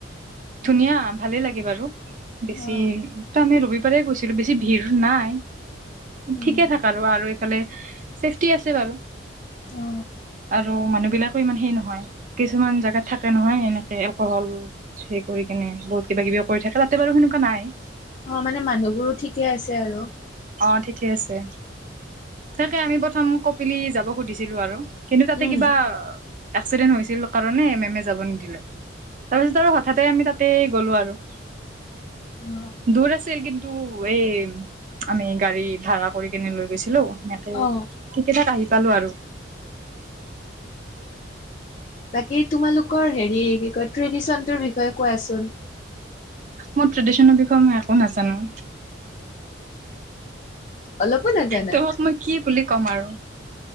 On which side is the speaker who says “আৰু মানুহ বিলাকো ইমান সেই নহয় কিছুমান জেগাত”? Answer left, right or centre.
Right